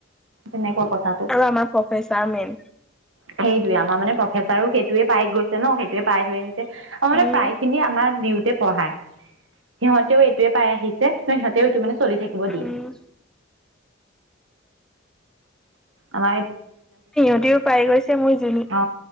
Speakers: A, on the right (about 90°); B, in the centre.
A: তেনেকোৱা, কথাটো
B: আৰু আমাৰ প্ৰফেচাৰ মেইন
A: সেইটোয়ে আমাৰ মানে প্ৰফেচাৰো সেই সেইটোয়ে পাই গৈছে ন সেইয়ে পাই হৈ আহি। মানে
B: উম
A: প্ৰায় খিনি আমাৰ পঢ়া সিহঁতেও এইটোৱে পাই আহিছে ত সিহঁতেও এইটো মানে চলি থাকিব
B: উম
A: দিয়ে। <inaudible> আমা
B: সিহঁতিও পাই গৈছে মোৰ জ
A: অ